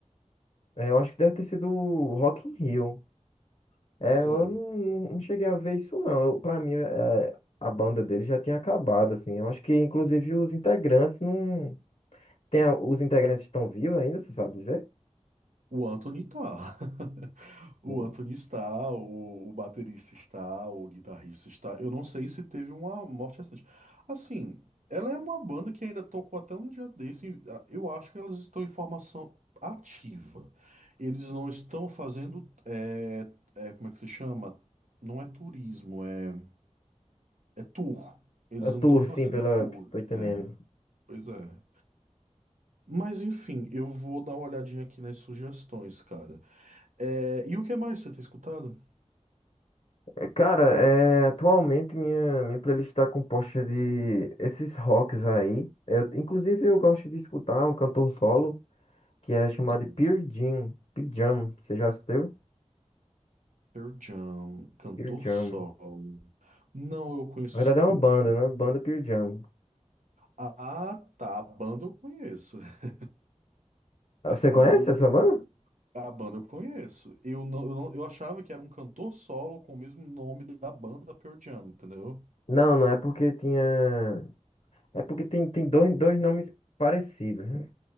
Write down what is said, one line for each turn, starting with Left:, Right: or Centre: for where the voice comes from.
Left: É, eu acho que deve ter sido o Rock in Rio. É,
Right: Pois
Left: eu
Right: é.
Left: não, não não cheguei a ver isso não. Eu, pra mim, é, a banda dele já tinha acabado, assim. Eu acho que, inclusive, os integrantes não... Tem, a- os integrantes estão vivos ainda, você sabe dizer?
Right: O Anthony tá. <laughs> O
Left: Sim.
Right: Anthony está, o, o baterista está, o guitarrista está. Eu não sei se teve uma morte recente. Assim, ela é uma banda que ainda tocou até um dia desse. Eu acho que elas estão em formação ativa. Eles não estão fazendo. É, é, como é que se chama? Não é turismo, é, é tour. Eles
Left: A tour,
Right: não estão fazendo
Left: sim, pela...
Right: tour.
Left: Tô entendendo.
Right: É, pois é. Mas enfim, eu vou dar uma olhadinha aqui nas sugestões, cara. É, e o que mais você tem escutado?
Left: É, Cara, é, atualmente minha, minha playlist tá composta de esses rocks aí. Eu, inclusive, eu gosto de escutar um cantor solo que é chamado
Right: Hum.
Left: de Pearl Jam. Pearl Jam, você já escutou?
Right: Pearl Jam, cantor
Left: Pearl Jam.
Right: solo. Não, eu conheço
Left: Na verdade
Right: só
Left: é
Right: a
Left: uma
Right: música.
Left: banda, né? Banda Pearl Jam.
Right: Ah, tá. A banda eu conheço. <laughs>
Left: Ah, Você
Right: A
Left: conhece
Right: banda eu conheço.
Left: essa banda?
Right: A banda eu conheço. Eu não, eu não, eu achava que era um cantor solo com o mesmo nome da banda Pearl Jam, entendeu?
Left: Não, não é porque tinha. É porque tem, tem dois, dois nomes parecidos, né?